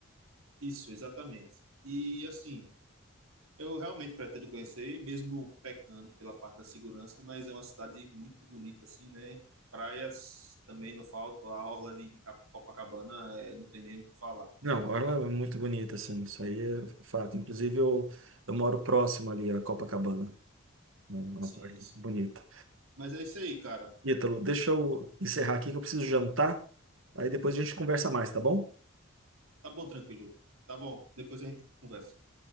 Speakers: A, on the right; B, on the right.
A: isso, exatamente. E assim. Eu realmente pretendo conhecer, mesmo pecando pela parte da segurança, mas é uma cidade muito bonita, assim, né? Praias também não faltam, a orla ali de Cap- Copacabana é, não tem nem o que falar.
B: Não, a Orla é muito bonita, assim, isso aí é fato. Inclusive, eu, eu moro próximo ali à Copacabana, né, É uma
A: Sim,
B: parte
A: sim.
B: bonita.
A: Mas é isso aí, cara.
B: Ítalo, deixa eu encerrar aqui que eu preciso jantar, aí depois a gente conversa mais, tá bom?
A: Tá bom, tranquilo. Tá bom, depois a gente conversa.